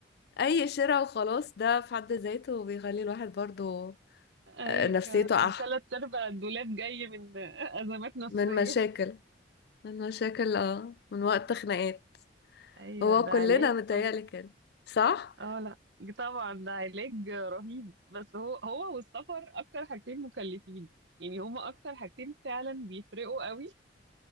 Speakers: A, on the left (about 60°); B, on the right (about 70°).
A: اي شراء وخلاص ده في حد ذاته بيخلي الواحد برضه
B: ايوه
A: آه، نفسيته
B: ده
A: احلى
B: تلات ارباع الدولاب جاي من <laughs> ازمات نفسيه
A: من مشاكل من مشاكل اه من وقت خناقات
B: ايوه
A: هو
B: ده
A: كلنا
B: علاج
A: متهيألي
B: طبعا
A: كده صح
B: اه لا طبعا ده علاج رهيب بس هو هو والسفر اكتر حاجتين مكلفين يعني هما اكتر حاجتين فعلا بيفرقوا قوي